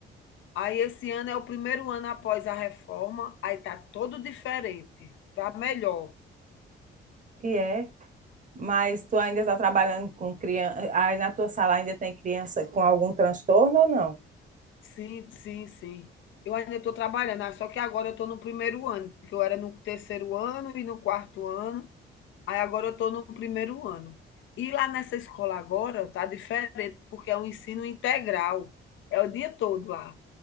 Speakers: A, on the left; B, on the right.
A: Aí esse ano é o primeiro ano após a reforma, aí tá todo diferente, tá melhor.
B: E é. Mas tu ainda tá trabalhando com criança, aí na tua sala ainda tem criança com algum transtorno ou não?
A: Sim, sim, sim. Eu ainda estou trabalhando, ah, só que agora eu estou no primeiro ano, porque eu era no terceiro ano e no quarto ano. Aí agora eu estou no primeiro ano. E lá nessa escola agora está diferente, porque é um ensino integral. É o dia todo lá.